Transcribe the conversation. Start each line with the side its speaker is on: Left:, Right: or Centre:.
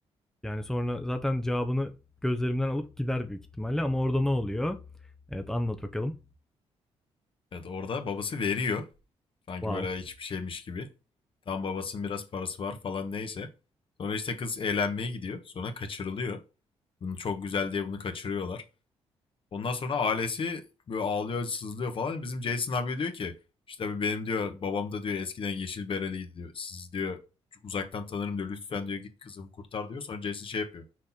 Centre: yani sonra zaten cevabını gözlerimden alıp gider büyük ihtimalle ama orada ne oluyor? Evet anlat bakalım.
Left: Evet orada babası veriyor. Sanki
Centre: Wow.
Left: böyle hiçbir şeymiş gibi. Tam babasının biraz parası var falan neyse. Sonra işte kız eğlenmeye gidiyor. Sonra kaçırılıyor. Bunu çok güzel diye bunu kaçırıyorlar. Ondan sonra ailesi böyle ağlıyor, sızlıyor falan. Bizim Jason abi diyor ki işte benim diyor babam da diyor eskiden yeşil bereliydi diyor. Siz diyor uzaktan tanırım diyor. Lütfen diyor git kızımı kurtar diyor. Sonra Jason şey yapıyor.